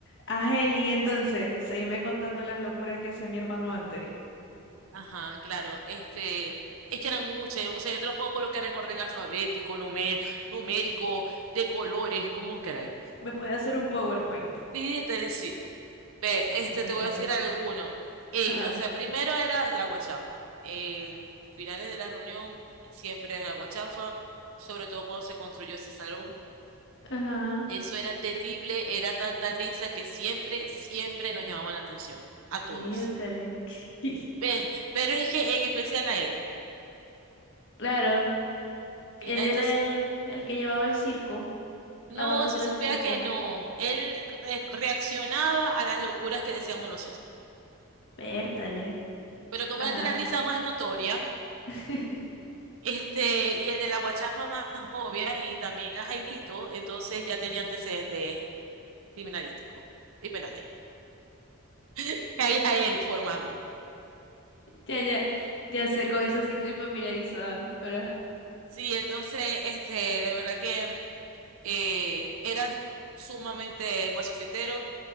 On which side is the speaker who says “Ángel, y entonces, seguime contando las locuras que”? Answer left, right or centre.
Left